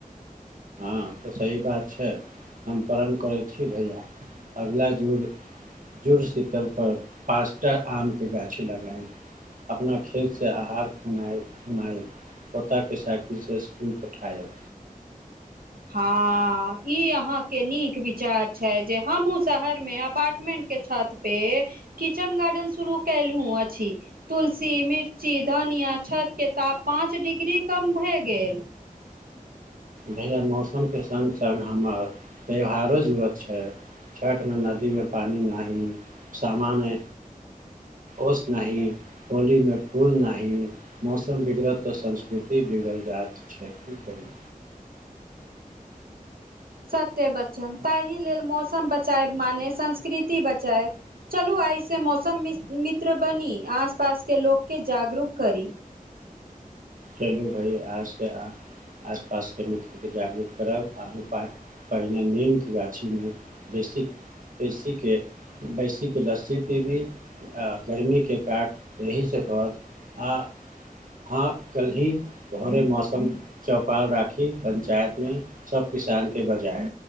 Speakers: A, on the right; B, on the right.
A: ह तऽ सही बात छै हम पण करै छी भैया अगिल जुड़ जुड़शीतलप पाँचटा आमके गाछी लगइ अपना खेतसँ आहार खुनाए खुनाएब पोताके साइकिलसँ इसकुल पठायब
B: हँ ई अहााँके नीक विचार छै जे हमहु शहरमे अपार्टमेंट के छत पे किचन गार्डन शुरू केलहु अछि तुलसी मिर्ची धनिया छतके ताप पाँच डिग्री कम भए गेल
A: भैया मौसमके सङ्ग सङ्ग हमर त्यौहारो जड़त छै छठमे नदीमे पानि नी सामामे ओस नहि होलीमे फूल नाही मौसम बिगड़त तऽ संस्कृति बिगड़ल जायत कि करि
B: सत्य बचन ताहि लेल मौसम बचायए मानय संस्कृति बचायएब चलू एहिइस मौसम मित्र बनी आस पास के लोकके जागरूक करी
A: चलू भै अजसँ आसपासके मत्रे जागरूक करब अहूँ पा पहिने नीमके गाछीमे बेसी बेैसीके भैसीके लस्सी पीबी गर्मीके काट एहिहीसँ पड़त आ हँ कल्हि घरे मौसम चौपाला राखी पञ्चायत मे सब किसान के बजाय